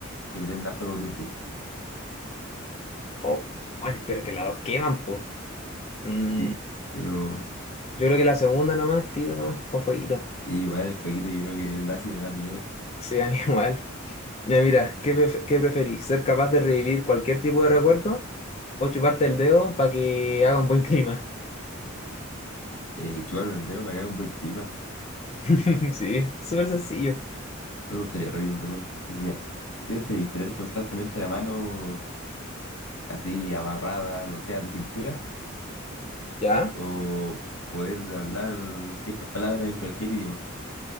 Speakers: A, on the left; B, on the left.
A: te prenda fuego tu pie?
B: o bueno, pero que las dos queman, pues. Mm,
A: Sí, pero
B: yo creo que la segunda nomás, tiro nomás, con fueguito.
A: sí, igual el fueguito yo creo que el ácido me da miedo.
B: Sí, a mí <laughs> igual. Ya mira, ¿qué, pref- qué preferís? ¿Ser capaz de revivir cualquier tipo de recuerdo o chuparte el dedo para que haga un buen clima?
A: Eh, chuparme el dedo para que haga un buen clima.
B: <laughs> Sí, súper sencillo.
A: No me gustaría revivir un recuerdo antiguo ya. ¿Qué preferís tener constantemente la mano así amarrada, no sé, a tu cintura?
B: ¿Ya?
A: ¿O poder hablar ciertas palabras en cualquier idioma?